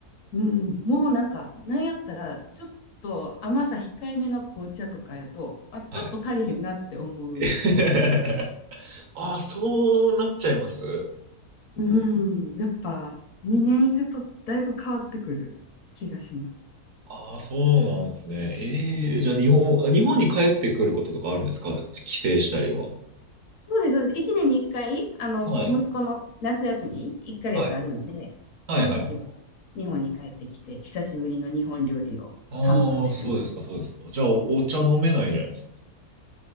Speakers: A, on the left; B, on the right.
A: うん。もうなんか、なんやったら、ちょっと甘さ控えめの紅茶とかやと、あ、ちょっと足りへんなって思うレベル。
B: はい。<laughs> ああ、そうなっちゃいます
A: うん。やっぱ、2年いるとだいぶ変わってくる気がします。
B: ああ、そうなんですね。ええじゃあ日本、あ日本に帰ってくることとかあるんですか帰省したりは。
A: そうです、そうです。1年に1回、あの、
B: はい。
A: 息子の夏休み1ヶ月あるんで、
B: はい。
A: その時は
B: はいはい。
A: 日本に帰ってきて、久しぶりの日本料理を堪能してます。
B: ああ、そうですか、そうですか。じゃあ、お茶飲めないじゃないです